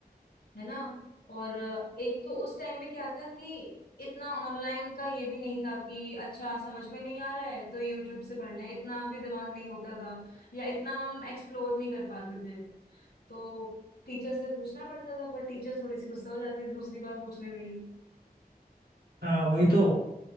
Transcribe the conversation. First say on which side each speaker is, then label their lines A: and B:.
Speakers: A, on the left; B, on the right.
A: है ना और अ, एक तो उस टाइम में क्या था कि इतना ऑनलाइन का ये भी नहीं था कि अच्छा समझ में नहीं आ रहा है तो यूट्यूब से पढ़ लें इतना भी दिमाग नहीं होता था या इतना हम एक्सप्लोर नहीं कर पाते थे तो टीचर से पूछना पड़ता था पर टीचर थोड़ी सी गुस्सा हो जाती थी दूसरी बार पूछने में ही
B: हाँ वही तो